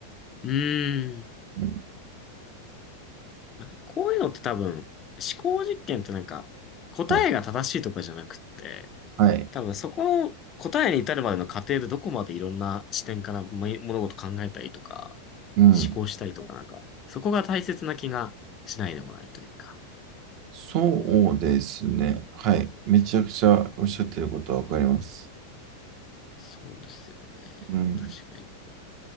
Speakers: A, on the left; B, on the right.
A: うーん。
B: うん。
A: なんかこういうのって多分、思考実験ってなんか、答えが正しいとかじゃなくって、
B: はい。はい。
A: 多分そこの答えに至るまでの過程でどこまでいろんな視点からも物事考えたりとか、
B: うん。
A: 思考したりとかなんか、そこが大切な気がしないでもないというか。
B: そうですね。はい。めちゃくちゃおっしゃってることはわかります。
A: そうですよね。
B: うん。
A: 確かに。